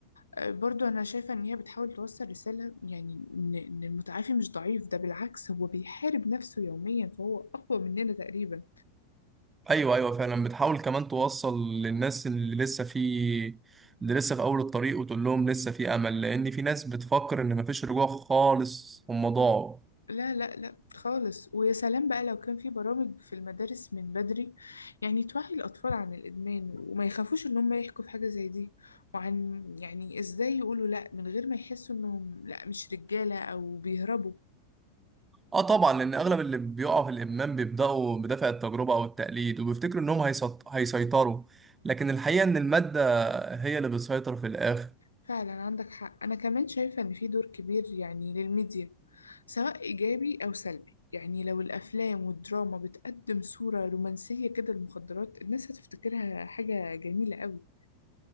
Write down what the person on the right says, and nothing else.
ايوه ايوه فعلا بتحاول كمان توصل للناس اللي لسه في اللي لسه في اول الطريق وتقول لهم لسه في امل لان في ناس بتفكر ان مفيش رجوع خالص هم ضاعوا
اه طبعا لان اغلب اللي بيقعوا في الادمان بيبداوا بدافع التجربه او التقليد وبيفتكروا انهم هيسط... هيسيطروا لكن الحقيقه ان الماده هي اللي بتسيطر في الاخر